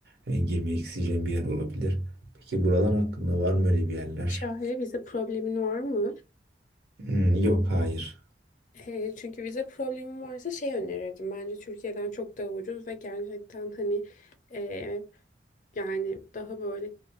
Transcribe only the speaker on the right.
e, girmek isteyeceğim bir yer olabilir. Peki buralar hakkında var mı öyle bir yerler?
Hmm, yok, hayır.